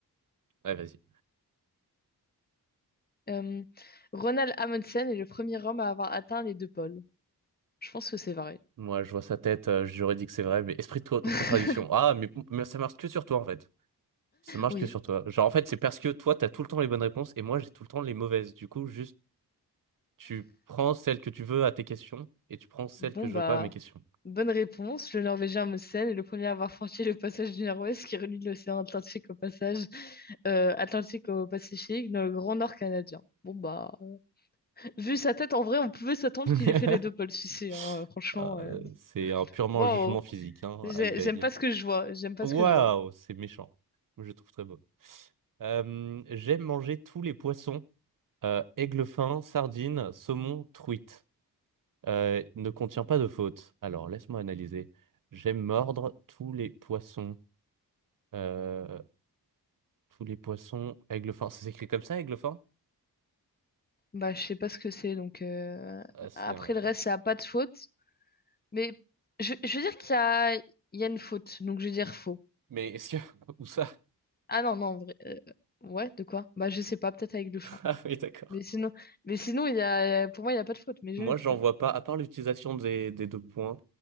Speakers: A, on the right; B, on the left.
A: Ouais, vas-y.
B: Euh, Ronald Amundsen est le premier homme à avoir atteint les deux pôles. Je pense que c'est vrai.
A: Moi, je vois sa tête, euh, j'aurais dit que c'est vrai, mais esprit de co- contradiction.
B: <laughs>
A: Ah, mais, mais ça marche que sur toi, en fait. Ça marche
B: Oui.
A: que sur toi. Genre, en fait, c'est parce que toi, t'as tout le temps les bonnes réponses et moi, j'ai tout le temps les mauvaises. Du coup, juste, tu prends celles que tu veux à tes questions et tu prends celles
B: Bon,
A: que je
B: bah,
A: veux pas à mes questions.
B: bonne réponse. Le Norvégien Amundsen est le premier à avoir franchi le passage du Nord-Ouest qui relie l'océan Atlantique au passage euh, Atlantique au Pacifique, dans le Grand Nord canadien. Bon bah, euh, vu sa tête, en vrai, on pouvait s'attendre
A: <laughs>
B: qu'il ait fait les deux pôles ici, hein, euh, franchement.
A: Euh,
B: euh,
A: c'est un purement
B: Waouh,
A: jugement physique, hein.
B: J'ai-
A: I beg.
B: j'aime pas ce que je vois, j'aime pas
A: Waouh,
B: ce que je vois.
A: c'est méchant. Je le trouve très beau. Euh, j'aime manger tous les poissons. Euh, aigle fin, sardine, saumon, truite. Euh, ne contient pas de faute. Alors, laisse-moi analyser. J'aime mordre tous les poissons. Euh, tous les poissons. Aiglefin. Ça s'écrit comme ça, Aiglefin?
B: Bah, je sais pas ce que c'est, donc euh,
A: Ah, c'est
B: après
A: un...
B: le reste, ça a pas de faute. Mais je, je veux dire qu'il y a, il y a une faute, donc je veux dire faux.
A: Mais est-ce que... <laughs> Où ça? <laughs>
B: Ah non, non, en vrai, euh, ouais, de quoi? Bah, je sais pas, peut-être avec le fin.
A: Ah oui, d'accord.
B: Mais sinon, mais sinon, il y a, pour moi, il y a pas de faute, mais je
A: Moi,
B: vais être
A: j'en
B: faux.
A: vois pas. À part l'utilisation des, des deux points,